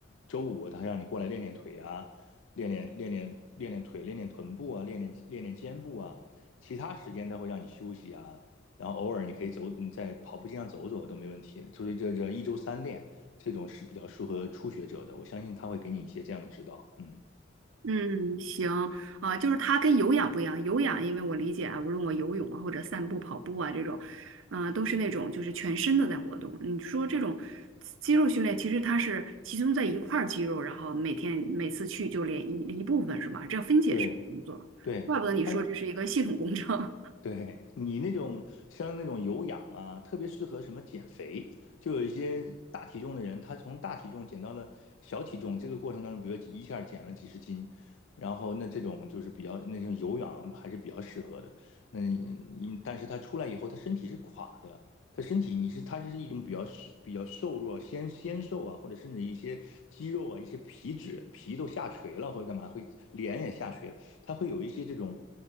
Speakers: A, on the left (about 80°); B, on the right (about 85°).
A: 周五他让你过来练练腿啊，练练练练练练腿，练练臀部啊，练练练练肩部啊。其他时间他会让你休息啊，然后偶尔你可以走，你在跑步机上走走都没问题。就是这这一周三练这种是比较适合初学者的，我相信他会给你一些这样的指导。嗯，
B: 嗯，行啊，就是它跟有氧不一样。有氧，因为我理解啊，无论我游泳啊，或者散步、跑步啊这种，嗯、都是那种就是全身的在活动。你说这种肌肉训练，其实它是集中在一块儿肌肉，然后每天每次去就练一一部分是吗？这样分解式工作，
A: 对对，
B: 怪不得你说这是一个系统工程。
A: 他对你那种像那种有氧啊，特别适合什么减肥，就有一些大体重的人，他从大体重减到了小体重，这个过程当中，比如一下减了几十斤，然后那这种就是比较那种有氧还是比较适合的。那你但是他出来以后，他身体是垮的，他身体你是他是一种比较比较瘦弱，纤纤瘦啊，或者甚至一些肌肉啊、一些皮脂皮都下垂了，或者干嘛会脸也下垂了。它会有一些这种